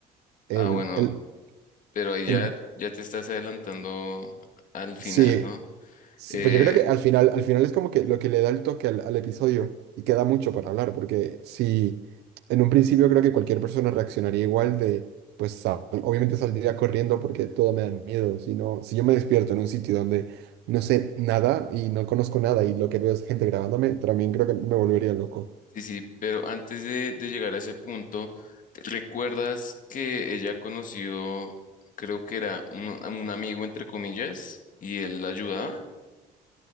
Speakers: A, on the right (about 80°); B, on the left (about 50°).
A: El,
B: Ah, bueno,
A: el,
B: pero ahí
A: el,
B: ya, ya te estás adelantando al final,
A: sí,
B: ¿no?
A: Sí,
B: Eh,
A: pues yo creo que al final, al final es como que lo que le da el toque al, al episodio y queda mucho para hablar, porque si en un principio creo que cualquier persona reaccionaría igual de, pues sal- obviamente saldría corriendo porque todo me da miedo, si no, si yo me despierto en un sitio donde no sé nada y no conozco nada y lo que veo es gente grabándome, también creo que me volvería loco.
B: sí, sí, pero antes de, de llegar a ese punto, ¿te- ¿recuerdas que ella conoció, creo que era un, a un amigo, entre comillas, y él la ayudaba?